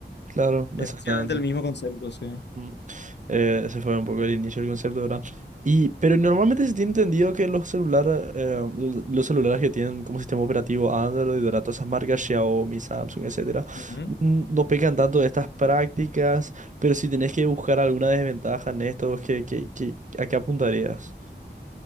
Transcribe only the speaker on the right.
Claro,
exactamente.
Mm. Eh, ese fue un poco el inicio del concepto, ¿verdad? Y, pero normalmente se tiene entendido que los celulares, eh, los celulares que tienen como sistema operativo Android, ¿verdad? Todas esas marcas, Xiaomi, Samsung, etcétera,
n- no pecan tanto de estas prácticas, pero si tenés que buscar alguna desventaja en esto, ¿qué, qué, qué- a qué apuntarías?